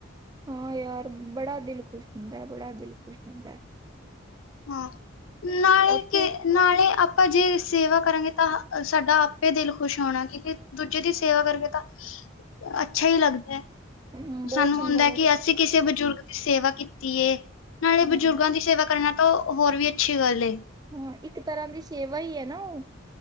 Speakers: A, on the right; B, on the left.
A: ਹਾਂ ਯਾਰ ਬੜਾ ਦਿਲ ਖੁਸ਼ ਹੁੰਦੈ, ਬੜਾ ਦਿਲ ਖੁਸ਼ ਹੁੰਦੈ।
B: ਹਾਂ, ਨਾਲੇ
A: ਉੱਥੇ
B: ਕਿ ਨਾਲੇ ਅਪ ਅਪਾਂ ਜੇ ਸੇਵਾ ਕਰਾਂਗੇ ਤਾਂ ਸਾਡਾ ਆਪੇ ਦਿਲ ਖੁਸ਼ ਹੋਣਾ, ਕਿਉਕਿ ਦੂਜੇ ਦੀ ਸੇਵਾ ਕਰਕੇ ਤਾਂ ਅੱਛਾ ਹੀ ਲੱਗਦੈ।
A: ਬਹੁਤ
B: ਸਾਨੂੰ
A: ਚੰਗਾ
B: ਹੁੰਦੈ
A: ਲੱਗਦਾ
B: ਕਿ ਅਸੀਂ ਕਿਸੇ ਬਜ਼ੁਰਗ ਦੀ ਸੇਵਾ ਕੀਤੀ ਏ। ਨਾਲੇ
A: ਹਾਂ
B: ਬਜ਼ੁਰਗਾਂ ਦੀ ਸੇਵਾ ਕਰਨਾ ਤਾਂ ਹੋਰ ਵੀ ਅੱਛੀ ਗੱਲ ਏ।
A: ਹਾਂ, ਇੱਕ ਤਰ੍ਹਾਂ ਦੀ ਸੇਵਾ ਹੀ ਐ ਨਾ ਉ।